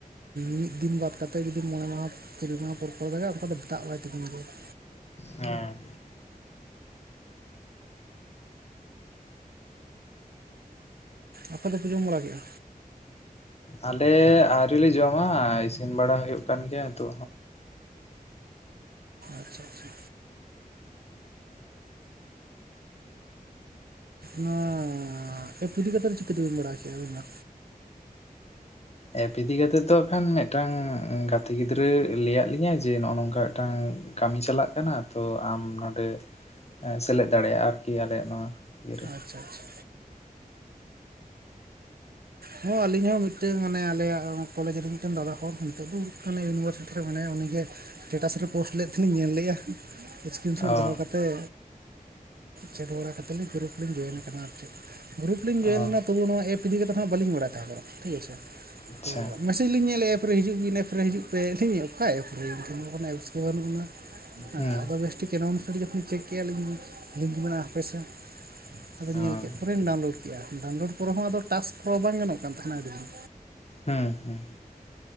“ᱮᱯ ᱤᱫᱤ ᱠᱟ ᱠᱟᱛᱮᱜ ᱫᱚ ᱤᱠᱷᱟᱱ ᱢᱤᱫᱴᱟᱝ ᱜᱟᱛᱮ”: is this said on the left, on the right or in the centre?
Left